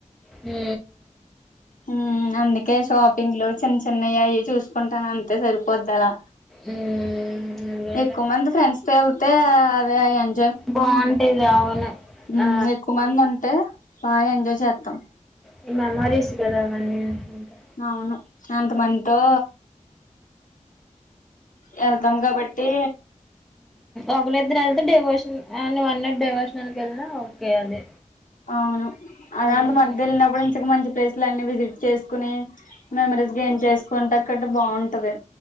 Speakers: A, in the centre; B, on the left.
A: ఏ
B: ఉ అందుకే షాపింగ్ లో చిన్న చిన్నయీ అయి చూసుకుంటాను అంతే సరిపోద్ది అలా
A: మ్మ్ అదేలే
B: ఎక్కువ మంది ఫ్రెండ్స్ తో వెళ్తే అదే అయాన్
A: బాగుంటాది అవును
B: హు
A: ఆ
B: ఎక్కువ మంది ఉంటే బాగా ఎంజాయ్ చేస్తాం
A: హి మామరీస్ కదా అవన్నీ ఇంకా
B: అవును అంతమందితో వెళ్తాం కాబట్టి
A: ఒకలిద్దరూ వెళ్తే డెవోషన్ అ వన్ నట్ డైవోషనల్కి వెళ్ళినా ఓకే అది
B: అవును అదాంత
A: హ్మ్
B: మధ్యాలొ వెళ్ళినప్పుడు ఇక మంచి ప్లేసులున్నిీ విజిట్ చేసుకుని మెమరీస్ గెయిన్ చేసుకుంటే అక్కడ బాగుంటది